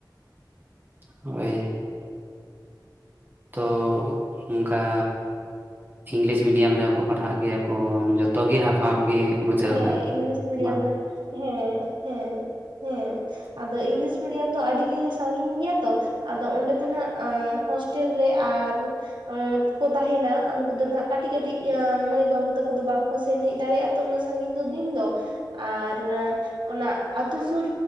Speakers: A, on the right; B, on the right.
A: ᱦᱳᱭ᱾ ᱛᱚ ᱚᱝᱠᱟ ᱤᱝᱞᱤᱥ ᱢᱤᱰᱤᱭᱟᱢ ᱨᱮᱦᱚᱸ ᱯᱟᱲᱦᱟᱜ ᱜᱮᱭᱟ ᱠᱚ ᱡᱷᱚᱛᱚ ᱜᱮ ᱦᱟᱯ ᱦᱟᱯ ᱜᱮ᱾ ᱵᱩᱡᱷᱟᱹᱣ
B: ᱦᱮᱸ
A: ᱠᱟᱜ
B: ᱤᱝᱞᱤᱥ ᱢᱤᱰᱤᱭᱟᱢ
A: ᱵᱟᱝ
B: ᱨᱮ ᱦᱮᱸ ᱦᱮᱸ᱾
A: <inaudible>
B: ᱦᱮᱸ ᱟᱫᱚ ᱤᱝᱞᱤᱥ ᱢᱤᱰᱤᱭᱟᱢ ᱫᱚ ᱟᱹᱰᱤ ᱜᱮ ᱥᱟᱜᱤᱧ ᱜᱮᱭᱟ ᱛᱚ ᱟᱫᱚ ᱚᱸᱰᱮ ᱫᱚ ᱱᱟᱜ ᱟᱸ ᱦᱚᱥᱴᱮᱞ ᱨᱮ ᱟᱨ ᱚᱸ ᱠᱚ ᱛᱟᱦᱮᱱᱟ᱾ ᱩᱱᱠᱩ ᱫᱚ ᱱᱟᱜ ᱠᱟᱴᱤᱡ ᱠᱟᱴᱤᱡ ᱟᱸ ᱢᱟᱹᱭ ᱵᱟᱵᱩ ᱛᱟᱠᱚ ᱫᱚ ᱵᱟᱝᱠᱚ ᱥᱮᱱ ᱦᱮᱡ ᱫᱟᱲᱮᱭᱟᱜᱼᱟ ᱛᱚ ᱩᱱᱟᱹᱜ ᱥᱟᱺᱜᱤᱧ ᱫᱚ ᱫᱤᱱ ᱫᱚ᱾ ᱟᱨ ᱚᱱᱟ ᱟᱛᱩ ᱥᱩᱨ